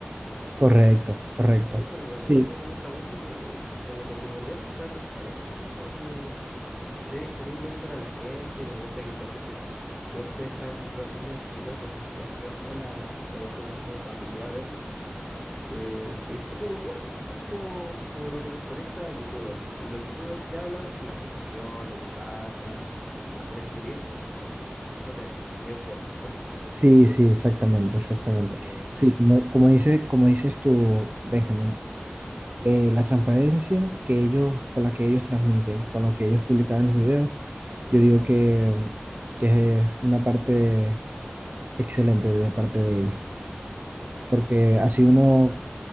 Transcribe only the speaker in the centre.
Es súper bueno.
A mí me gusta mucho que, el- como lo primordial, que sea transparente, o sea, que, que esté disponible ahí para la gente. Me gusta que se acerquen. Siempre están los niños chicos, no sé si te das cuenta, la, que a veces van como familia a verlo, que, que es súper unido, ¿no? O sea, es como, como lo que nos conecta a YouTubers. Y los YouTubers que hablan, la situación, lo que pasa, también el turismo, es, es potente y es bueno, bonito, ¿cierto?
Qué bueno,
sí,
súper.